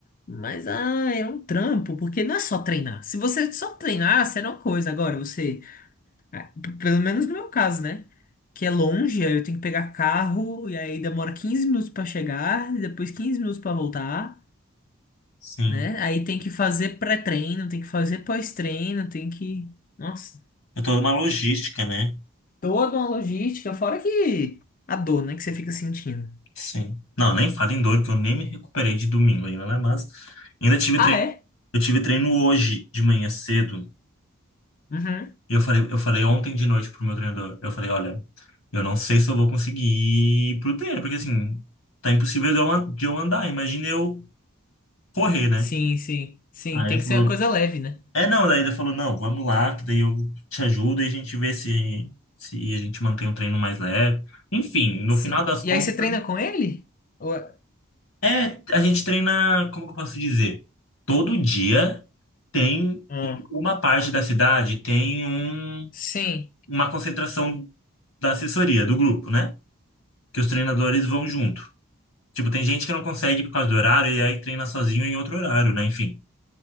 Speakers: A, on the left; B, on the left.
A: mas ah, é um trampo, porque não é só treinar. Se você só treinar, será uma coisa. Agora, você, ah, p- pelo menos no meu caso, né? Que é longe, aí eu tenho que pegar carro, e aí demora 15 minutos pra chegar, e depois 15 minutos pra voltar,
B: Sim.
A: né?
B: <laughs>
A: Aí tem que fazer pré-treino, tem que fazer pós-treino, tem que. Nossa,
B: É toda uma logística, né?
A: toda uma logística, fora que a dor, né, que você fica sentindo.
B: Sim. Não, nem falo em dor, que eu nem me recuperei de domingo ainda, né? Mas ainda tive
A: Ah,
B: treino.
A: é?
B: Eu tive treino hoje de manhã cedo.
A: Uhum.
B: E eu falei, eu falei ontem de noite pro meu treinador. Eu falei, olha, eu não sei se eu vou conseguir ir pro treino, porque assim, tá impossível de eu an- de eu andar. Imagina eu correr, né?
A: Sim, sim. Sim,
B: Aí
A: tem
B: ele
A: que
B: falou,
A: ser uma coisa leve, né?
B: é não, daí ele falou, não, vamos lá, que daí eu te ajudo e a gente vê se, se a gente mantém o treino mais leve. Enfim, no
A: Sim.
B: final das
A: E
B: contas.
A: aí você treina com ele? Ou-
B: É, a gente treina, como que eu posso dizer? Todo dia tem
A: Hum.
B: em uma parte da cidade tem um,
A: Sim.
B: uma concentração da assessoria, do grupo, né? Que os treinadores vão junto. Tipo, tem gente que não consegue por causa do horário e aí treina sozinho em outro horário, né? Enfim.